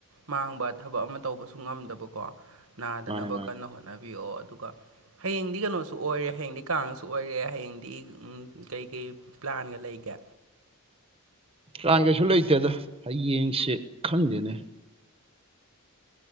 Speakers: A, on the right (about 70°); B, on the right (about 25°).
A: ꯃꯥꯡꯕ ꯊꯕꯛ ꯑꯃ ꯇꯧꯕꯁꯨ ꯉꯝꯗꯕꯀꯣ ꯅꯥꯗꯅꯕ
B: ꯃꯥꯅꯦ ꯃꯥꯅꯦ
A: ꯀꯟꯅ ꯍꯣꯠꯅꯕꯤꯌꯣ ꯑꯗꯨꯒ ꯍꯌꯦꯡꯗꯤ ꯀꯩꯅꯣꯁꯨ ꯑꯣꯏꯔꯦ ꯍꯌꯦꯡꯗꯤ ꯀꯥꯡꯁꯨ ꯑꯣꯏꯔꯦ ꯍꯌꯦꯡꯗꯤ ꯎꯝ ꯀꯩꯀꯩ ꯄ꯭ꯂꯥꯟꯒ ꯂꯩꯒꯦ
B: ꯄ꯭ꯂꯥꯟ ꯀꯩꯁꯨ ꯂꯩꯇꯦꯗ ꯍꯌꯦꯡꯁꯦ ꯈꯪꯗꯦꯅꯦ